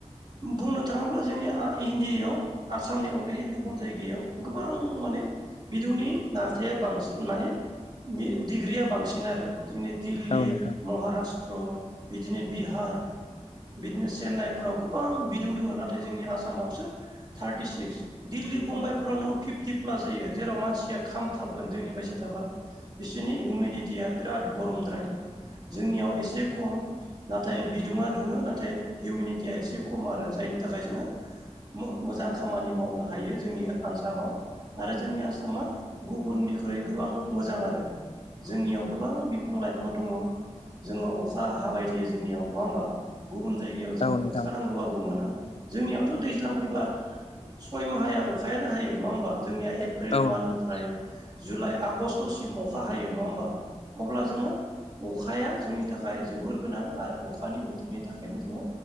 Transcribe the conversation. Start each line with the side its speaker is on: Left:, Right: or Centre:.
Right: बुंनो थाङोब्ला जोंनि इण्डियायाव आसाम आसामनि अनगायै गुबुन जायगायाव गोबां माने बिदुंनि नारथाया बांसिन माने डिग्रिया बांसिन आरो जोंनि दिल्ली
Left: औ नोंथां औ नोंथां
Right: महाराष्ट्र बिदिनो बिहार बिदिनो चेन्नाइफोराव गोबां बिदुं दङ नाथाय जोंनि आसामावसो थार्टि सिक्स दिल्ली बुम्बाइफोरावनो फिफ्टि प्लास जायो जेराव मानसिया खामथाबगोन जोंनि बायसिया थाबा बिसोरनि हिउमिडटिया बिराद गरमद्राय जोंनियाव एसे खम- नाथाय बिदुङा दुङो नाथाय हिउमिनिटिया एसे खम आरो जायनि थाखाय जोङो मोजां खामानि मावनो हायो जोंनि आसामनसाव। आरो जोंनि आसामा गुबुननिख्रुइ गोबां मोजां आरो जोंनियाव गोबां बिफां लाइफां दङ । जोङो अखा हाबाय थायो जोंनियाव नङा होमबा? गुबुन जायगायाव जोङो
Left: औ नोंथां औ नोंथां
Right: अखा नांगौबाबो मोना। जोंनियावथ' दैज्लां फैबा सय माहाया अखायानो हायो नङा होमबा? जोंनिया एप्रिल
Left: औ
Right: माननिफ्राय जुलाइ आगषट खस्थ'सिम अखा हायो नङा होमबा अब्ला? जोङो अखाया जोंनि थाखाय जोबोर गोनां आरो अखानि बोथोरनि थाखायनो जोङो